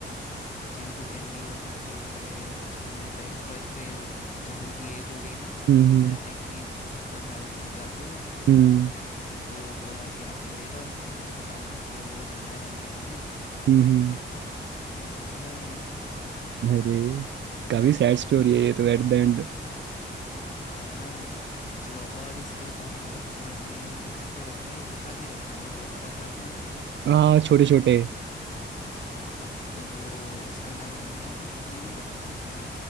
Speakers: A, on the left; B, on the right.
A: तो चिंटू कैंडी होते थे ये मेरे बचपन में पेट पर फिर जब उनकी एज हो गई ना
B: हम्म
A: तो मैं देख नहीं सकता था उनको जाते हुए
B: हम्म
A: तो मैंने किसी को बोला कि आप ये ले जाओ और मुझे बताओ मत कि अब वो ज़िंदा है कि नहीं है
B: हम्म हम्म।
A: तो फिर वो ले गया उन्हें
B: अरे काफी सैड स्टोरी है ये तो एट द एंड
A: हाँ है ना मूड ऑफ कर दिया चलो और इसके बाद मैंने घर पे रखा है कुत्ता भी रखा वो पग आते हैं ना
B: हाँ छोटे छोटे
A: हाँ पग तो वो उसका नाम हमने कीवी रखा था कीवी